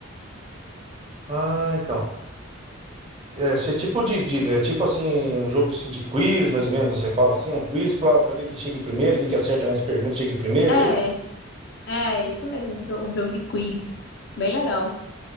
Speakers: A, on the right (about 25°); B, on the left (about 50°).
A: Ah, então. É, se é tipo de, de- é tipo assim, um jogo assim de quiz, mais ou menos, você fala assim, um quiz pra, pra ver quem chega em primeiro, quem que acerta mais perguntas chega em primeiro,
B: É,
A: é isso?
B: é isso mesmo, um jo- um jogo de quiz. Bem legal.